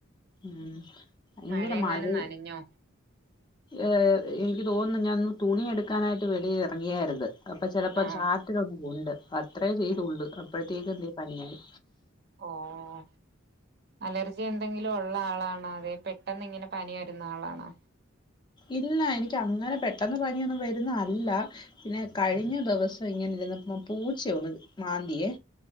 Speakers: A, on the left; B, on the right.
A: ഉം ഭയങ്കര
B: മഴയെങ്ങാനും
A: മഴയും.
B: നനഞ്ഞോ
A: ഏഹ്, എനിക്ക് തോന്നുന്നു ഞാനന്ന് തുണിയെടുക്കാനായിട്ട് വെളിയിൽ ഇറങ്ങിയായിരുന്നു. അപ്പൊ ചിലപ്പോ
B: ആഹ്
A: ചാറ്റിലൊന്നും ഉണ്ട് അത്രയേ ചെയ്തള്ളൂ അപ്പോഴത്തേക്കും ദേ പനിയായി.
B: ഓഹ് അലർജി എന്തെങ്കിലും ഉള്ള ആളാണോ അതെ പെട്ടെന്ന് ഇങ്ങനെ പനി വരുന്ന ആളാണോ.
A: ഇല്ല, എനിക്ക് അങ്ങനെ പെട്ടന്ന് പനിയൊന്നും വരുന്ന അല്ല. പിന്നെ കഴിഞ്ഞ ദിവസം ഇങ്ങനെ ഇരുന്നപ്പ പൂച്ച ഒന്ന് മാന്തിയെ.